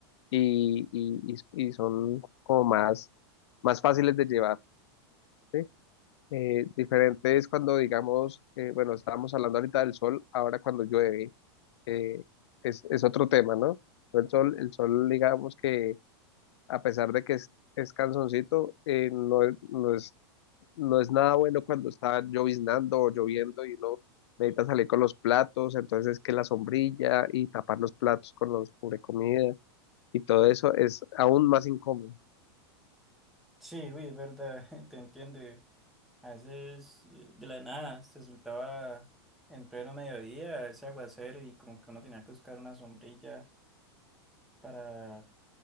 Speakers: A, on the left; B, in the centre.
A: y, y, y, y son como más, más fáciles de llevar. ¿sí? Eh, diferente es cuando, digamos, eh, bueno, estábamos hablando ahorita del sol, ahora cuando llueve, eh, es, es otro tema, ¿no? El sol, el sol, digamos que a pesar de que es, es cansoncito, eh, no, es- no es no es nada bueno cuando está lloviznando o lloviendo y uno necesita salir con los platos, entonces que la sombrilla y tapar los platos con los cubrecomida y todo eso es aún más incómodo.
B: Sí, uy, es verdad, <laughs> te entiendo. A veces eh, de la nada se soltaba en pleno mediodía ese aguacero y como que uno tenía que buscar una sombrilla para